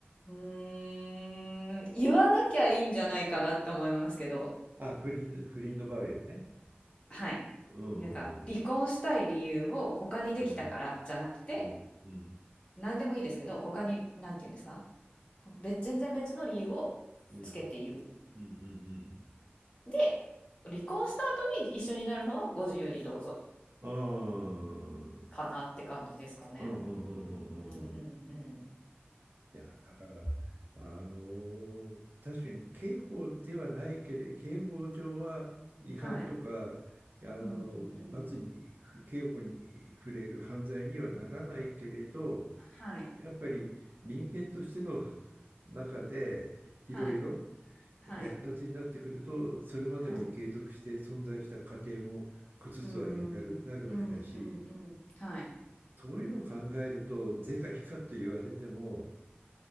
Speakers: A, on the left; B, on the right.
A: うーん、言わなきゃいいんじゃないかなって思いますけど、
B: あ、不倫、不倫の場合はね。
A: はい。
B: うん、
A: なんか、離婚したい理由を他にできたからじゃなくて、
B: うん、うん、うん、うん、
A: 何でもいいですけど、他に、なんて言うんですか、別、全然別の理由をつけて言う。
B: うん、うん、うん、うん、
A: で、離婚した後に一緒になるのはご自由にどうぞ
B: うん、うん、
A: かなって感じですかね。
B: うん、うん、うん。うん
A: うんうんうん。
B: いや、だから、あのー確かに刑法ではないけれ、刑法上は違反とか、
A: はい。
B: あの罰に、
A: うんうんうん。
B: 刑法に触れる犯罪にはならないけれど、
A: はい、
B: やっぱり人間としての中でいろいろ
A: はい、はい、
B: 略奪になってくると、それまでの継続して存在した過程も崩すわけになる、
A: はい。うーん。
B: なるわけだし、
A: うんうんうん。はい。
B: そういうのを考えると、是か非かと言われても、